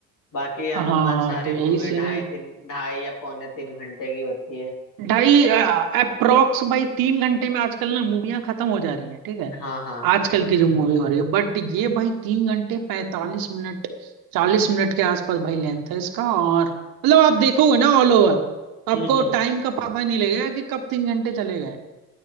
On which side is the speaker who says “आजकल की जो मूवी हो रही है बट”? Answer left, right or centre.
Right